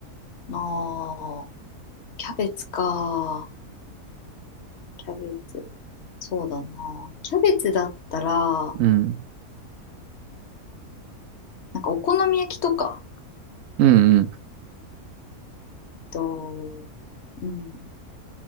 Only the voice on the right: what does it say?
うん。
うんうん。